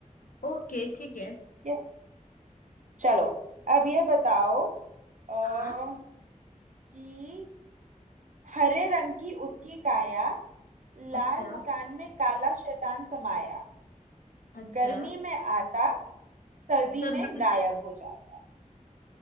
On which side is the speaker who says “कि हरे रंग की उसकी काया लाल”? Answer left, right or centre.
Right